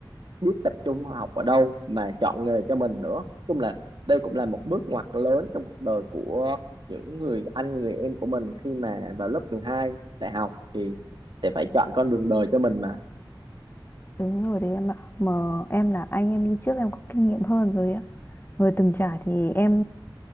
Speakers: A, on the right (about 70°); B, on the left (about 25°).
A: biết tập trung học ở đâu mà chọn nghề cho mình nữa nói chung là đây cũng là một bước ngoặt lớn trong cuộc đời của những người anh người em của mình khi mà vào lớp 12 đại học thì sẽ phải chọn con đường đời cho mình mà
B: Đúng rồi đấy em ạ. Mà em là anh em đi trước em có kinh nghiệm hơn rồi ạ. Người từng trải thì em